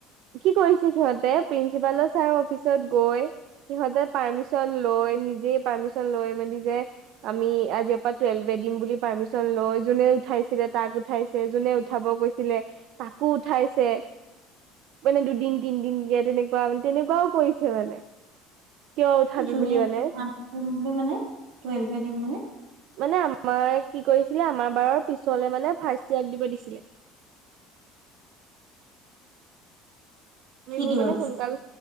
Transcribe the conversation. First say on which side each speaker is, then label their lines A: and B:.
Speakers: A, on the right; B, on the right.
A: কি কৰিছে সিহঁতে প্ৰিন্সিপালৰ ছাৰ অফিচত গৈ, সিহঁতে পাৰ্মিচন লৈ নিজে পাৰ্মিশন লৈ মেলি যে আমি আজিৰ পৰা টুৱেল্ভে দিম বুলি পাৰ্মিচন লৈ যোনে উঠাইছিলে তাক উঠাইছ যোনে উঠাব কৈছিলে তাকো উঠাইছে। মানে দুদিন তিনদিন দিয়া তেনেকুৱা মানে তেনেকুৱাও পৰিছে মানে, কিয় উঠাবি
B: <unintelligible>
A: বুলি মানে
B: বুলি মানে, টুৱেল্ভে দিম মানে।
A: মানে আমাৰ কি কৰিছিলে আমাৰ বাৰৰ পিছলে মানে ফাৰ্ষ্ট ইয়াৰক দিব দিছিলে। আমিবোৰ
B: কি দিব
A: মানে
B: দিছিলে
A: সোনকাল,